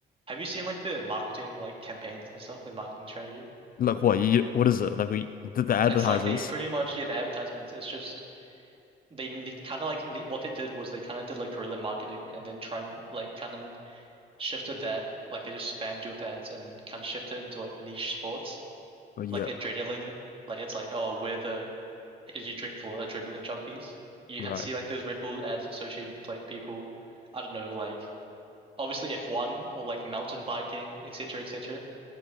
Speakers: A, on the right; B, on the left.
A: have you seen like the marketing like campaigns and stuff, the marketing strategy?
B: Like what? You, what is it? Like we did the advertisements.
A: It's like they pretty much yeah the advertisements. It's just they kind of like ne what they did was they kind of did like guerrilla marketing and then try and like kind of shifted that like they just spammed you with ads and then kind of shifted into like niche sports
B: Oh, yeah.
A: like adrenaline. Like it's like oh we're the Did you drink for adrenaline junkies? You
B: Right.
A: ha see like those Red Bull ads associated with like people, I don't know, like obviously F1 or like mountain biking, etc., etc.